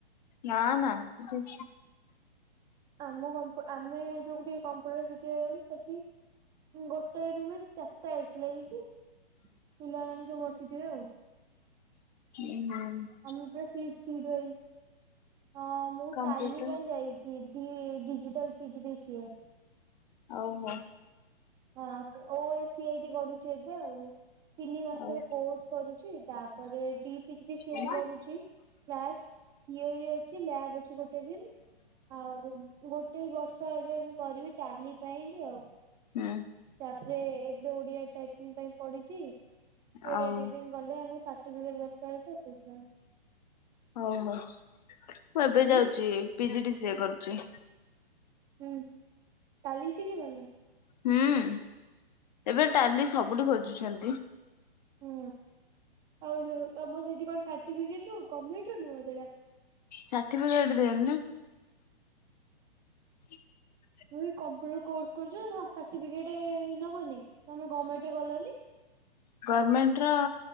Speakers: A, on the left; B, on the right.
A: ହଁ ହଁ।
B: ଆମ କମ୍ପୁଟର ଆମେ ଯୋଉଠେ କମ୍ପୁଟର ଶିଖିଯାଉନୁ ସେଠି ଗୋଟେ ରୁମରେ ଚାରିଟା ଏସି ଲାଗିଛି ପିଲାମାନେ ସବୁ ବସିଥିବେ ଆଉ।
A: ହୁଁ ହୁଁ <unintelligible>
B: ଆମର ପୁର ସିଟ <unintelligible> ହଁ ମୁଁ
A: କମ୍ପ୍ୟୁଟର
B: ଟାଲି ପାଇଁ ଯାଇଛିି ଥିଲା ଥ୍ରୀ ଡି ଡିଜିଟାଲ ପିଜିଡିସିଏ।
A: ଆଉ ମ।
B: ହଁ ଓ ଆଇ ସି ଆ ଟି କରୁଛି ଏବେ ଆଉ ତିନି ମାସର
A: ଆଉ
B: କୋର୍ସ କରୁଛି ତାପରେ ଡି ପି। ପିଚ ସିଏ
A: ହୁଁ
B: ବି କରୁଛି୍ କ୍ଲାସ ଥିଓର ଅଛି ଲବ ଅଛି ଗୋଟେ ଦିନି ଆଉ ଗୋଟେ ବର୍ଷ ଏବେ ମୁଁ କରିବି ଟାଲି ପାଇଁକି ଆଉ।
A: ହୁଁ।
B: ତାପରେ ଏବେ ଓଡିଆ ଟାଇପିଙ୍ଗ ପାଇଁ ପଢିଛି ଓଡିଆ
A: ଆଉ
B: ଟାଇପିଙ୍ଗ। ଗଲେ ଆମକୁ ସାର୍ଟପିକେଟ ଦରକାର ତ ସେଇଥିପାଇଁ।
A: ହଉ ହଉ ମୁଁ ଏବେ
B: ତମେ?
A: ଯାଉଛି ପିଜି ଡି ସିଏ କରୁଛି।
B: ହୁଁ ଟାଲି ଶିଖିବନି।
A: ହୁଁ ଏବେ ଟାଲି ସବୁଠି ଖୋଜୁଛନ୍ତି।
B: ହୁଁ ଆଉ ତମର ସେଠି କଣ ସାର୍ଟିଫିକେଟ ନୁହ କମିଟିରୁ ନୁହଁ ସେଡା।
A: ସାଟିଫିକେଟ ଦିଅନ୍ତି ନା। <unintelligible>
B: ମୁ କମ୍ପୁଟର କୋସ କରୁଛୁ ସାର୍ଟିଫିକେଟ ନବନି ତମେ ଗମେଣ୍ଟରେ କଲନି।
A: ଗମେଣ୍ଟ ର